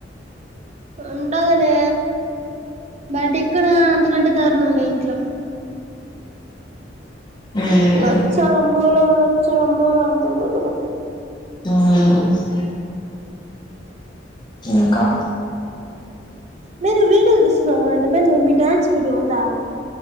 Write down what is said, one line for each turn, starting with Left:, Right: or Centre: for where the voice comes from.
Right: ఉంటదులే బయట ఇక్కడ అంతకంటే దారుణంలే ఇంట్లో
Left: ఉమ్,
Right: రచ్చ రాంబోలో రచ్చ రాంబోలో అంటుంటావ్ కదా
Left: ఇంగ ఎస్తూ ఇంకా
Right: మీరు వీడియోలు తీసీనావంట అంటే మీ డ్యాన్స్ వీడియో ఉందా